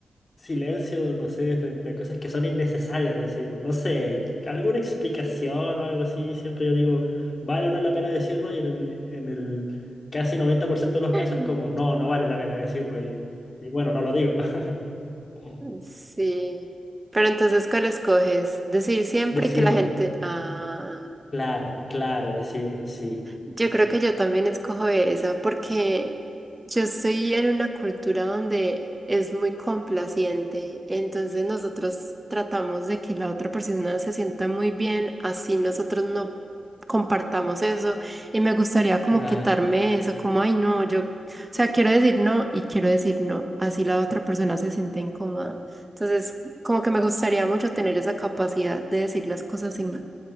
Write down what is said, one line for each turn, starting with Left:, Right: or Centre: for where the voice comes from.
Left: silencio, no sé, frente a cosas que son innecesarias, decir, no sé, alguna explicación o algo así, siempre yo digo, vale o no la pena decirlo y en el, en el casi 90% de los
Right: <laughs>
Left: casos es como, no, no vale la pena decirlo y, y bueno, no lo digo. <laughs>
Right: Sí. Pero entonces, ¿cuál escoges? Decir siempre
Left: Decirlo,
Right: que la gente... Ah.
Left: claro, claro, decirlo, sí,
Right: Yo creo que yo también escojo esa porque yo estoy en una cultura donde es muy complaciente, entonces nosotros tratamos de que la otra persona se sienta muy bien, así nosotros no compartamos eso y me gustaría como
Left: claro,
Right: quitarme eso, como, ay no, yo, o sea, quiero decir no y quiero decir no, así la otra persona se siente incómoda. Entonces, como que me gustaría mucho tener esa capacidad de decir las cosas sin,